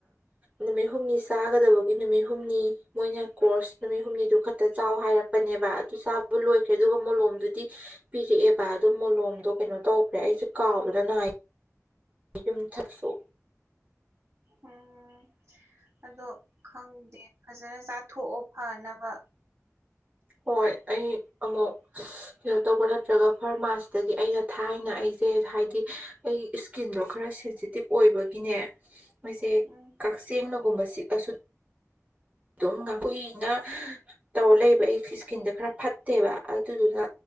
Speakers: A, on the right (about 25°); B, on the right (about 55°).
A: ꯅꯨꯃꯤꯠ ꯍꯨꯝꯅꯤ ꯆꯥꯒꯗꯕꯒꯤ ꯅꯨꯃꯤꯠ ꯍꯨꯝꯅꯤ ꯃꯣꯏꯅ ꯀꯣꯔꯁ ꯅꯨꯃꯤꯠ ꯍꯨꯝꯅꯤꯗꯨ ꯗ ꯆꯥꯎ ꯍꯥꯏꯔꯛꯄꯅꯦꯕ ꯑꯗꯨ ꯆꯥꯕ ꯂꯣꯏꯈ꯭ꯔꯦ ꯑꯗꯨꯒ ꯃꯣꯂꯣꯝꯗꯨꯗꯤ ꯄꯤꯔꯛꯑꯦ ꯕꯥ ꯑꯗꯨ ꯃꯣꯂꯣꯝꯗꯣ ꯀꯩꯅꯣ ꯇꯧꯈ꯭ꯔꯦ ꯑꯩꯁꯦ ꯀꯥꯎꯕꯗꯅ ꯌꯨꯝꯊꯛꯁꯨ
B: ꯎꯝ ꯑꯗꯣ ꯈꯪꯗꯦ ꯐꯖꯅ ꯆꯥꯊꯣꯛꯑꯣ ꯐꯅꯕ
A: ꯍꯣꯏ ꯑꯩ ꯑꯃꯨꯛ ꯀꯩꯅꯣ ꯇꯧꯕ ꯅꯠꯇ꯭ꯔꯒ ꯐꯥꯔꯃꯥꯁꯤꯗꯒꯤ ꯑꯩꯅ ꯊꯥꯏꯅ ꯑꯩꯁꯦ ꯍꯥꯏꯗꯤ ꯑꯩ ꯏꯁꯀꯤꯟꯗꯣ ꯈꯔ ꯁꯦꯟꯁꯤꯇꯤꯞ ꯑꯣꯏꯕꯒꯤꯅꯦ ꯃꯣꯏꯁꯦ
B: ꯎꯝ
A: ꯁꯦꯡꯅꯒꯨꯝꯕ ꯁꯤꯑꯥꯁꯨ ꯑꯗꯨꯝ ꯀꯨꯏꯅ ꯇꯧꯔ ꯂꯩꯕ ꯑꯩ ꯏꯁꯀꯤꯟꯗ ꯈꯔ ꯐꯠꯇꯦꯕ ꯑꯗꯨꯗꯨꯅ